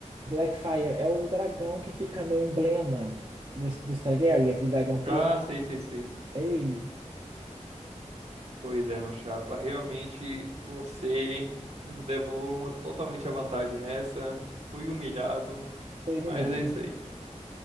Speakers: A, on the right (about 40°); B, on the right (about 55°).
A: Blackfyre é o dragão que fica no emblema dos, dos Targaryen, aquele dragão preto.
B: Ah, sei, sei, sei.
A: É ele.
B: Pois é, meu chapa. Realmente você levou uma, totalmente a vantagem nessa. Fui humilhado,
A: Foi humilhado.
B: mas é isso aí.